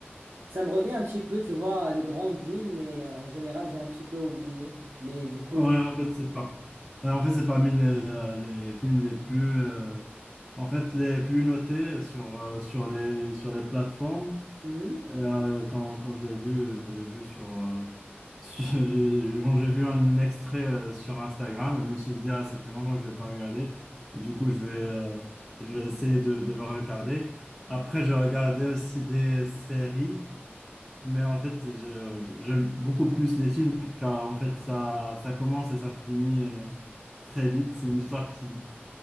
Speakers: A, on the right; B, in the centre.
A: ça me revient un petit peu, tu vois, les grandes lignes, mais euh, en général, j'ai un petit peu oublié. Mais du coup,
B: Ouais, en fait, c'est pas. ouais, en fait, c'est parmi les, euh, les films les plus, euh, en fait, les plus notés sur, euh, sur les, sur les plateformes.
A: hum,
B: Et, euh, quand, quand je l'ai vu, euh, je l'ai vu sur, euh, <laughs> sur- quand j'ai vu un extrait euh, sur Instagram, je me suis dit, ah, ça fait longtemps que je ne l'ai pas regardé. Du coup, je vais, euh, je vais essayer de, de le regarder. Après, j'ai regardé aussi des séries. Mais en fait, je- je- j'aime beaucoup plus les films car en fait, ça, ça commence et ça finit. euh, très vite. C'est une histoire qui,